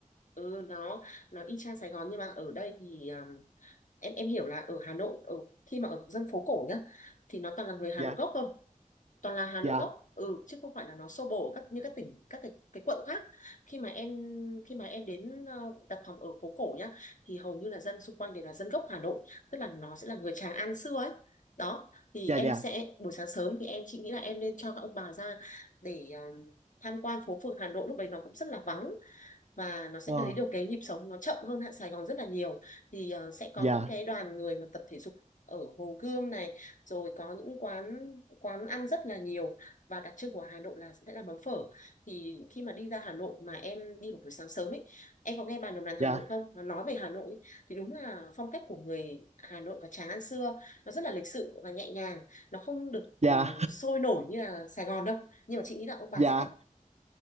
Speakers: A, on the left; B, on the right.
A: ừ nó nó y chang Sài Gòn nhưng mà ở đây thì um, em em hiểu là ở Hà Nội ở khi mà ở dân phố cổ nhá thì nó toàn là người Hà
B: dạ
A: Nội gốc thôi toàn là Hà Nội
B: dạ
A: gốc ừ chứ không phải là nó xô bồ các như các tỉnh các cái, cái quận khác khi mà em khi mà em đến ờ, đặt phòng ở phố cổ nhá thì hầu như là dân xung quanh đều là dân gốc Hà Nội tức là nó sẽ là người Tràng An xưa ấy đó thì
B: dạ
A: em
B: dạ
A: sẽ buổi sáng sớm thì em chị nghĩ là em nên cho các ông bà ra để ờ, tham quan phố phường Hà Nội lúc đấy nó cũng rất là vắng và nó sẽ
B: wow
A: thấy được cái nhịp sống nó chậm hơn hạ Sài Gòn rất là nhiều thì ờ, sẽ có
B: dạ
A: những cái đoàn người mà tập thể dục ở Hồ Gươm này rồi có những quán quán ăn rất là nhiều và đặc trưng của Hà Nội là sẽ là món phở thì khi mà đi ra Hà Nội mà em đi vào buổi sáng sớm ấy em có nghe bà đồng đàn Hà
B: dạ
A: Nội không Nó nói về Hà Nội ấy, thì đúng là phong cách của người Hà Nội và Tràng An xưa nó rất là lịch sự và nhẹ nhàng nó không được ừm,
B: dạ
A: sôi nổi như là Sài Gòn đâu nhưng mà chị nghĩ là ông bà
B: dạ
A: sẽ thích